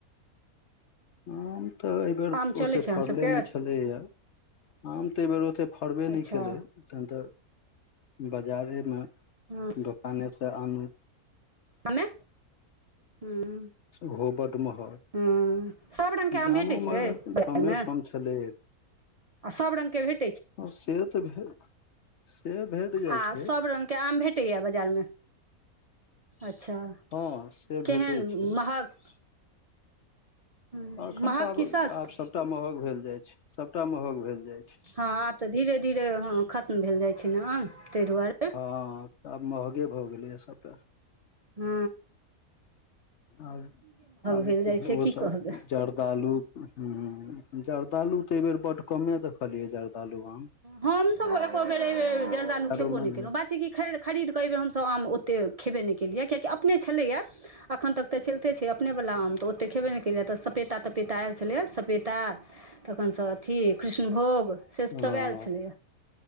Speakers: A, on the left (about 60°); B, on the right (about 45°).
A: ऊँ तऽ एहिबेर
B: आम चलै
A: ओते
B: छै अहाँ
A: फड़ले
B: सबके
A: नहि छलैया आम तऽ एहिबेर ओते फड़बे
B: अच्छा
A: नहि केलै तहन तऽ बजारेमे
B: हँ
A: दोकानेसँ आनू
B: साममे हूँ
A: सेहो बड महग
B: हू सब रंग के आम
A: गामोमे
B: भेटैत छै बाजार
A: कमे
B: मे
A: सम छलै
B: सब रंग के भेट
A: सेह तऽ भेट से जाइ
B: आ
A: छै
B: सब रंग के आम भेट बाजार मे अच्छा
A: हँ से
B: केहन
A: भेटै छै
B: महग महग
A: एखन तऽ आब
B: कि सस्त
A: आब सबटा महग भेल जाइ छै सबटा महग भेल जाय छै
B: हँ आब तऽ धीरे धीरे ह खत्म भेल जाय छै ने आम ताहि दुआरे
A: हँ तऽ आब महगे भऽ गेलैए सभटा
B: हू
A: आब आब
B: भेल जाइ छै
A: ओसभ
B: की कहबै
A: जरदालू हू जर्दालु तऽ एहि बेेर बड कमे देखलियै जर्दु जर्दालू आम
B: हमसब एको बेर एई बेर जर्दालू
A: आरोमे
B: खेबो नइ
A: नहि
B: केलहुँ बात छै की खैर खरीद कऽ एहि बेेर हमसभ आम ओते खेबे नहि केलियै किएकि अपने छलैया एखन तक तऽ चलिते छै अपनेवला आम तऽ ओतेक खेबे नहि केललैए तऽ सपेता तपेता आयल छलैए सपेता तखनसँ अथी कृष्णभोग से सभ
A: हँ
B: आयल छलैए